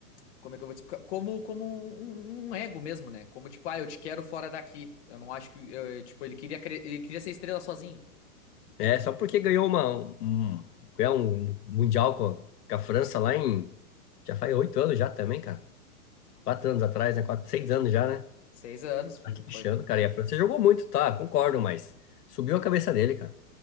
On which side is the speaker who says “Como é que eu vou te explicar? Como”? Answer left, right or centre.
Left